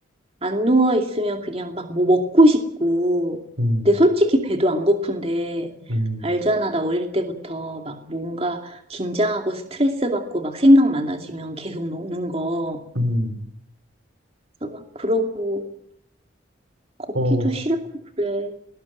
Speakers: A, on the right (about 30°); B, on the right (about 80°).
A: 안 누워 있으면 그냥 막 뭐 먹고 싶고.
B: 음,
A: 근데 솔직히 배도 안 고픈데,
B: 음,
A: 알잖아. 나 어릴 때부터 막 뭔가 긴장하고 스트레스 받고 막 생각 많아지면 계속 먹는 거.
B: 음.
A: 그래서 막 그러고 걷기도
B: 어,
A: 싫고 그래.